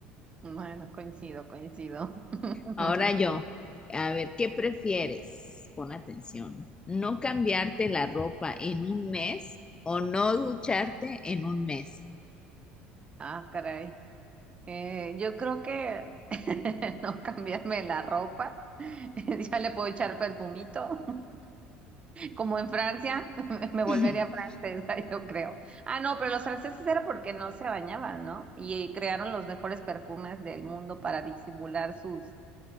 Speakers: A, on the right; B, on the left.
A: Bueno, coincido, coincido. <laughs>
B: Ahora yo, a ver, ¿qué prefieres? Pon atención, ¿no cambiarte la ropa en un mes o no ducharte en un mes?
A: Ah, caray. Eh, yo creo que <laughs> no cambiarme la ropa. <laughs> Ya le puedo echar perfumito. Como en Francia, <laughs> me volvería
B: <laughs>
A: francesa, <laughs> yo creo. Ah, no, pero los franceses era porque no se bañaban, ¿no? Y eh, crearon los mejores perfumes del mundo para disimular sus